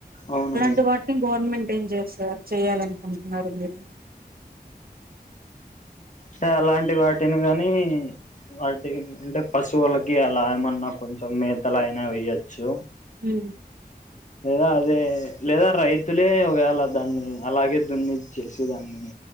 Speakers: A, on the left (about 50°); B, on the right (about 65°).
A: అవును
B: అడు వాటిని గవర్నమెంట్ ఏం చేస్తారు చేయ్యాలనుకుంటున్నారు మీరు
A: సే అలాంటి వాటిని కాగాని వాటి అంటే పశువులకి అలా ఏమన్నా కొంచెం కొంచెం మేత్తల అయినా వెయ్యొచ్చు
B: అ
A: లేదా అదే లేదా రైతులే వేాల దాన్ని అలాగే దున్ని చేసి దాన్ని